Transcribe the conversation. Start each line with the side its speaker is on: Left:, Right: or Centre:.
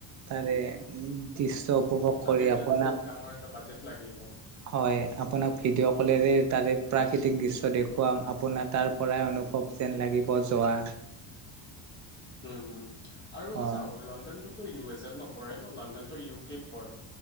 Right: তাৰে দৃশ্য উপভোগ
Left: তাতে
Right: কৰি
Left: গ'লেতো
Right: আপোনাক
Left: বহুত ডাঙৰ এটা বাজেট লাগিব।
Right: হয় আপোনাক ভিডিঅ' কলেৰে তাৰে প্ৰাকৃতিক দৃশ্য দেখুৱাম। আপোনাৰ তাৰ পৰাই অনুভৱ যেন লাগিব যোৱা
Left: উম হুম আৰু
Right: হয়
Left: চাওক লণ্ডনটো ত' ইউ এছ এত নপৰে ন লণ্ডনটো ইউ কেত পৰে।